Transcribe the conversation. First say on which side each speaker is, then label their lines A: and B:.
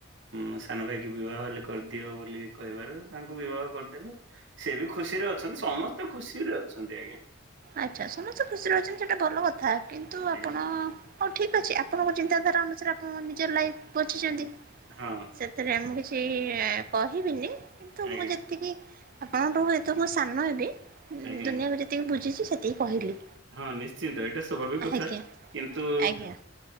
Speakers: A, on the right; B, on the right.
A: ଉଁ ସାନ ଭାଇକି ବିବାହ ହେଲେ କରିଦିଅ ବୋଲି କହିବାରୁ ତାଙ୍କୁ ବିବାହ କରିଦେଲୁ ସେ ବି ଖୁସିରେ ଅଛନ୍ତି ସମସ୍ତେ ଖୁସିରେ ଅଛନ୍ତି ଆଜ୍ଞା।
B: ଆଚ୍ଛା ସମସ୍ତେ ଖୁସିରେ ଅଛନ୍ତି ସେଟା ଭଲ କଥା କିନ୍ତୁ ଆପଣ
A: ଆଜ୍ଞା
B: ହଉ ଠିକ୍ ଅଛି ଆପଣଙ୍କ ଚିନ୍ତାଧାରା ଅନୁସାରେ ଆପଣ ନିଜର ଲାଇଫ ବଚିଚନ୍ତି।
A: ହଁ।
B: ସେଥିରେ ମୁଁ କିଛି କହିବିନି କିନ୍ତୁ
A: ଆଜ୍ଞା
B: ମୁଁ ଯେତିକି ଆପଣଙ୍କ ଠୁ ହୁଏ ତ ମୁଁ ସାନ ହେବି
A: ଆଜ୍ଞା।
B: ଦୁନିଆକୁ ଯେତିକି ବୁଝିଛି ସେତିକି କହିଲି।
A: ହଁ ନିଶ୍ଚିନ୍ତ ଏଇଟା ସ୍ୱାଭାବିକ
B: ଆଜ୍ଞା।
A: କଥା କିନ୍ତୁ
B: ଆଜ୍ଞା